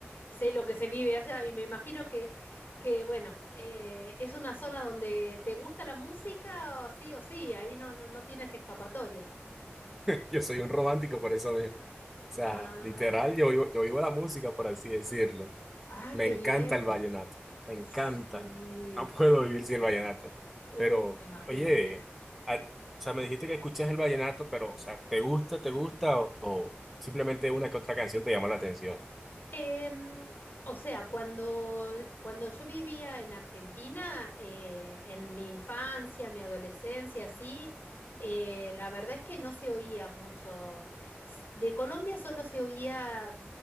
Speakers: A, on the left; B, in the centre.
A: sé lo que se vive allá y me imagino que, que bueno, eh, es una zona donde te gusta la música, o sí o sí, ahí no, no, no tienes escapatoria.
B: <laughs> Yo soy un romántico por eso mismo. O sea,
A: Ah,
B: literal, yo vivo, yo vivo la música, por así decirlo.
A: ah,
B: Me
A: qué
B: encanta
A: bien.
B: el vallenato. Me encanta.
A: Sí.
B: No puedo vivir sin el vallenato.
A: Uy,
B: Pero,
A: me imagino.
B: oye, a- o sea, me dijiste que escuchas el vallenato, pero, o sea, ¿te gusta, te gusta o, o simplemente una que otra canción te llamó la atención?
A: Em, o sea, cuando, cuando yo vivía en Argentina, eh, en mi infancia, mi adolescencia, sí, eh, la verdad es que no se oía mucho. S- De Colombia solo se oía